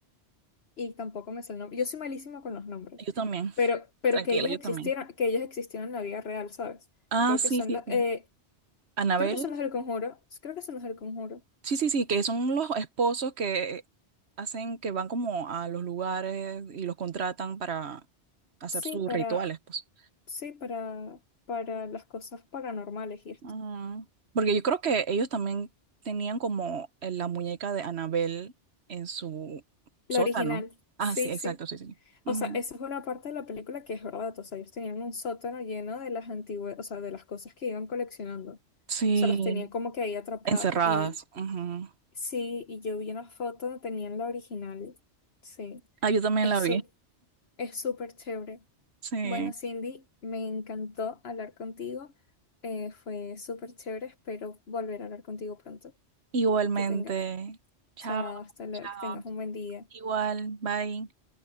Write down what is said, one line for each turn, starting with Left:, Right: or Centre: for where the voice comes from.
Left: Y tampoco me sé el nombre. Yo soy malísima con los nombres.
Right: Yo también.
Left: Pero, pero
Right: Tranquila,
Left: que ellos
Right: yo
Left: existieron,
Right: también.
Left: que ellos existieron en la vida real, ¿sabes?
Right: Ah,
Left: Creo
Right: sí,
Left: que son
Right: sí,
Left: los,
Right: sí.
Left: eh,
Right: Anabel
Left: creo que son los del Conjuro. Creo que son los del Conjuro.
Right: Sí, sí, sí, que son los esposos que hacen que van como a los lugares y los contratan para hacer
Left: Sí,
Right: sus
Left: para.
Right: rituales, pues.
Left: Sí, para, para las cosas paranormales y esto.
Right: Ah, Porque yo creo que ellos también tenían como en la muñeca de Anabel en su
Left: La
Right: sótano.
Left: original,
Right: Ah,
Left: sí,
Right: sí, exacto,
Left: sí.
Right: sí, sí. Ujú.
Left: O sea, esa es una parte de la película que es verdad. O sea, ellos tenían un sótano lleno de las antiguas, o sea, de las cosas que iban coleccionando. O
Right: Sí,
Left: sea, las tenían como que ahí atrapadas.
Right: encerradas.
Left: Y
Right: ujú.
Left: sí, y yo vi una foto donde tenían la original. Sí,
Right: Ah, yo también
Left: es
Right: la vi.
Left: su- es súper chévere.
Right: Sí.
Left: Bueno, Cindy, me encantó hablar contigo. Eh, fue súper chévere. Espero volver a hablar contigo pronto.
Right: Igualmente.
Left: Que tengas
Right: Chao,
Left: Chao, hasta luego,
Right: chao.
Left: que tengas un buen día.
Right: Igual, bye.